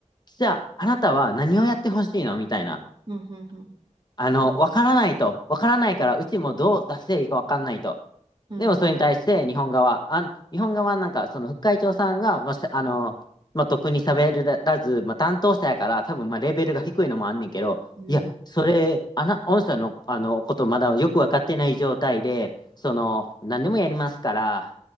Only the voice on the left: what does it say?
じゃあ、あなたは何をやってほしいのみたいな。
あの、わからないと。わからないから、うちもどう出していいかわかんないと。
でも、それに対して日本側、あ、日本側なんか、その副会長さんが、まあ、しあの、まあ、特に喋らず、まあ、担当者やから、多分、まあ、レベルが低いのもあんねんけど、
いや、それ、あな、御社の、あの、ことまだよくわかってない状態で、その、何でもやりますから、